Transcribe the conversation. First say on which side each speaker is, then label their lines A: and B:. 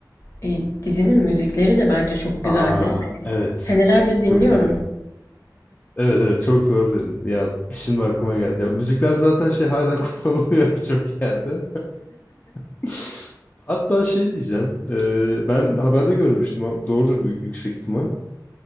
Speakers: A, on the left; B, on the left.
A: eee, dizinin müzikleri de bence çok
B: Aa
A: güzeldi.
B: evet.
A: Senelerdir dinliyorum.
B: Çok doğru. yet- Evet evet çok doğru dedin. Ya şimdi aklıma geldi. Ya müzikler zaten şey hala <laughs> kullanılıyor birçok yerde. <laughs> Hatta şey diyeceğim. e, ben haberde görmüştüm. ama Doğrudur büyük yüksek ihtimal.